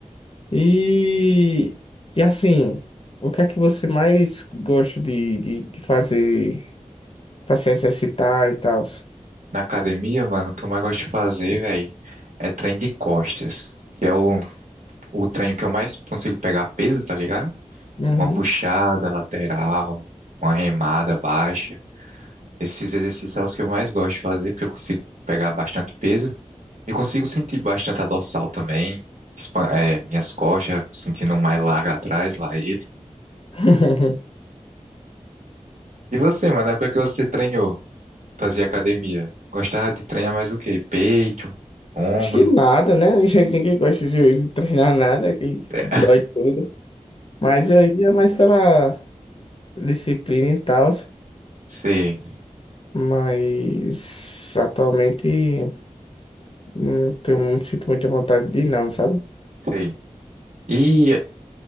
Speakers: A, on the left; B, on the right.
A: E, e assim, o que é que você mais gosta de, de, de fazer para se exercitar e tal?
B: Na academia, mano, o que eu mais gosto de fazer, velho, é treino de costas, que é o, o treino que eu mais consigo pegar peso, tá ligado?
A: Uhum.
B: Uma puxada lateral, uma remada baixa. Esses exercícios são os que eu mais gosto de fazer, porque eu consigo pegar bastante peso e consigo sentir bastante a dorsal também, expan- eh, minhas costas, sentindo mais larga atrás, lá ele.
A: <laughs>
B: E você, mano, na época que você treinou, fazia academia, gostava de treinar mais o quê? Peito, ombro?
A: Acho que nada, né? <laughs> Ninguém gosta de treinar nada, que
B: É,
A: dói tudo. Mas eu ia mais pela disciplina e tal.
B: sei.
A: Mas atualmente não tenho, muito sinto muita vontade de ir, não, sabe?
B: Sei. E,